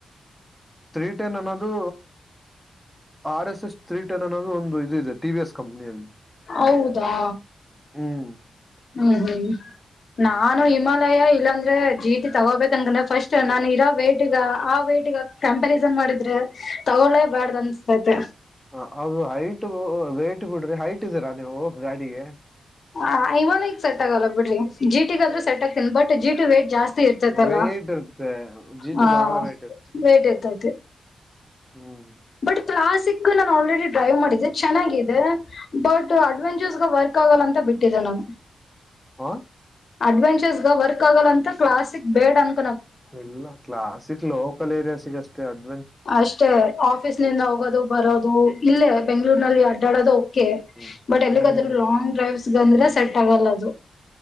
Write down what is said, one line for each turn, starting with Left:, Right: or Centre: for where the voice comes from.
Centre: ಥೀ ಟೆನ್ ಅನ್ನೋದು ಆರ್ ಎಸ್ ಎಸ್ ತ್ರ್ರೀಟನ್ ಅನ್ನೋದು ಒಂದು ಇದು ಇದೆ ಟಿ ವಿ ಎಸ್ ಕಂಪ್ನಿಯಲ್ಲಿ
Left: ಹೌದಾ
Centre: ಹ್ಮ್
Left: ಹ್ಮ್ ಹ್ಮ್ ನಾನು ಹಿಮಾಲಯ ಇ ಇಲ್ಲಾಂದ್ರೆ ಜೀಟಿ ತಗೋಬೇಕ ಅನ್ಕಂದ್ರೆ ಫಸ್ಟ್ ನಾನನ್ ಇರೋ ವೈಟ್್ಗ ಆ ವೈ್ಟಟ್ಗ ಕಂಪಾರಿಸನ್ ಮಾಡಿದ್ರೆ ತಗೊೊಳ್ಳೇ ಬಾರ್ದ ಅನ್ಸ್ತೈತೆ
Centre: ಹ ಅದು ಹೈಟ್ ವೇಟ್ ಬಿಡ್ರಿ ಹೈಟ್ ಇದ್ದೀರಾ ನೀವು ಗಾಡಿಗೆ
Left: ಹ ಐಮನಗ್ ಸೆಟ್ ಆಗಲ್ಲ ಬಿಡ್ರಿ ಜೀಟಿಗ ಆದ್ರೂ ಸೆಟ್ ಆಗ್ತೀನಿ ಬಟ್ ಜಿಟಿ ವೇಟ್ ಜಾಸ್ತಿ ಇರ್ತೈತಲ್ಲ
Centre: ವೇಟ್ ಇರುತ್ತೆ ಜಿ
Left: ಹಾ
Centre: ಟಿ ಬಹಳ ವೇಟ್ ಇರುತ್ತೆ
Left: ಬೇಟ್ ಇರ್ತೈತಿ
Centre: ಹ್ಮ್
Left: ಬಟ್ ಕ್ಲಾಸಿಕ್ ನಾನು ಆಲ್ರೆಡಿ ಡ್ರೈವ್ ಮಾಡಿದ್ದೆ ಚೆನ್ನಾಗಿದೆ ಬಟ್ ಅಡ್ವೆಂಚರ್ಸ್ಗ ವರ್ಕ್ ಆಗಲ್ಲ ಅಂತ ಬಿಟ್ಟಿದ್ದೆ ನಾನು
Centre: ಹ
Left: ಅಡ್ವೆಂಚರ್ಸ್ಗ ವರ್ಕ್ ಆಗಲ್ಲ ಅಂತ ಕ್ಲಾಸಿಕ್ ಬೇಡ ಅಂತ
Centre: ಎಲ್ಲ ಕ್ಲಾಸಿಕ್ ಲೋಕಲ್ ಏರಿಯಾಸ್ಗ ಅಷ್ಟೇ ಅಡ್
Left: ಅಷ್ಟೇ ಆಫೀಸ್ ನಿಂದ ಹೋಗೋದು ಬರೋದು ಇಲ್ಲೇ ಬೆಂಗ್ಳೂರ್ನಲ್ಲಿ ಅಡ್ಡಾಡೋದು
Centre: ಹ್ಮ್
Left: ಬಟ್ ಎಲ್ಲಿಗಾದ್ರೂ
Centre: ಹ್ಮ್
Left: ಲಾಂಗ್ ಡ್ರೈವ್ಸ್ಗಂದ್ರೆ ಸೆಟ್ ಆಗಲ್ಲ ಅದು